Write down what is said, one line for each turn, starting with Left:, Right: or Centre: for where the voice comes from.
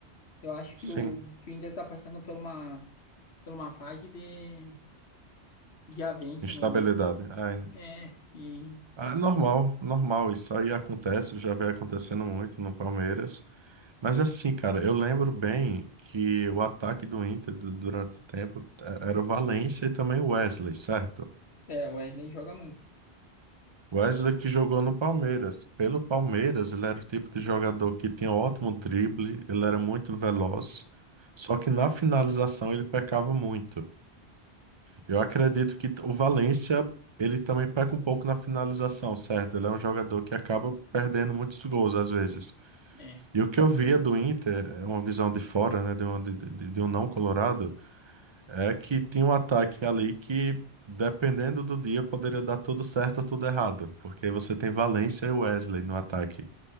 Left: Eu acho
Right: Sim,
Left: que o, que o Inter tá passando por uma, por uma fase de, de avanço
Right: instabilidade.
Left: no elenco.
Right: é,
Left: É, e
Right: Ah, é normal, normal, isso aí acontece, já vem acontecendo muito no Palmeiras. Mas assim, cara, eu lembro bem que o ataque do Inter du- durante o tempo eh, era o Valencia e também o Wesley, certo?
Left: é, o Wesley joga muito.
Right: Wesley que jogou no Palmeiras. Pelo Palmeiras, ele era o tipo de jogador que tinha ótimo drible, ele era muito veloz, só que na finalização ele pecava muito. Eu acredito que o Valencia ele também peca um pouco na finalização, certo? Ele é um jogador que acaba perdendo muitos gols às vezes.
Left: É,
Right: E o que eu via do Inter, é uma visão de fora, né, de um, de, de- de um não colorado, é que tinha um ataque ali que, dependendo do dia, poderia dar tudo certo ou tudo errado, porque você tem Valencia e Wesley no ataque.